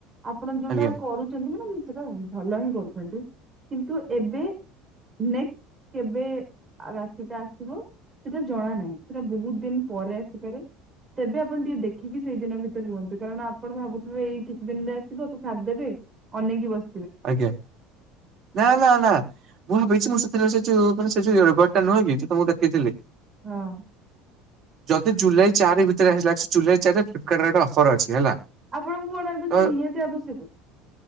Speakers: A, on the right; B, on the right.
A: ଆପଣ ଯୋଉଟା
B: ଆଜ୍ଞା
A: କରୁଚନ୍ତି, ମାନେ ସେଟା ଭଲ ହିଁ କରୁଚନ୍ତି କିନ୍ତୁ ଏବେ ନେକ୍ସଟ କେବେ ରାତିଟା ଆସିବ ସେଟା ଜଣା ନାହିଁ, ସେଟା ବହୁତ ଦିନ ପରେ ଆସିପାରେ ତେବେ ଆପଣ ଟିକେ ଦେଖିକି ସେଇଦିନ ଭିତ ରୁହନ୍ତୁ, କାରଣ ଆପଣ ଭାବୁଥିବେ ଏଇ କିଛି ଦିନରେ ଆସିବ, ତ ସାରିଦେବେ ଅନେଇକି ବସ
B: ଆଜ୍ଞା ନା ନା ନା ମୁଁ ଭାବିଚି ମୁଁ ସେ ସେ ସେ ଯୋଉେ ସେ ଯଉ ଇଅର୍ ବଟା ନୁହେଁ କି ଯଉ ତମକୁ ଦେଖେଇଥିଲି।
A: ହଁ
B: ଯଦି ଜୁଲାଇ ଚାରି ଭିତରେ ଆସିଲା <unintelligible> ଜୁଲାଇ ଚାର ଫ୍ଲିପକାର୍ଟ ରେ ଗଟେ ଅଫର୍ ଅଛି ହେଲା।
A: ଆପଣଙ୍କୁ କଣ ଏବେ
B: ତ
A: ସେଟା ନିହାତି ଆବଶ୍ୟକ।